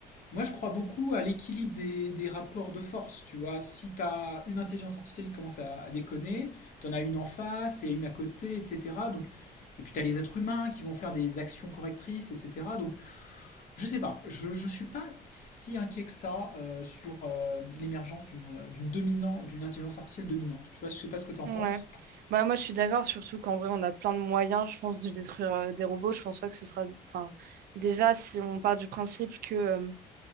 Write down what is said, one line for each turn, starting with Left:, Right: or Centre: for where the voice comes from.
Left: moi, je crois beaucoup à l'équilibre des, des rapports de force. Tu vois, si tu as une intelligence artificielle qui commence à, à déconner, tu en as une en face et une à côté, etc. Donc, et puis, tu as les êtres humains qui vont faire des actions correctrices, etc. Donc, je sais pas, je ne suis pas si inquiet que ça euh, sur euh, l'émergence d'une d'une dominante, d'une intelligence artificielle dominante. Je ne sais pas, sais pas ce que tu en
Right: Ouais.
Left: penses.
Right: Bah, moi, je suis d'accord, surtout qu'en vrai, on a plein de moyens, je pense, de détruire euh, des robots. Je pense pas que ce sera. Enfin, déjà, si on part du principe que, euh,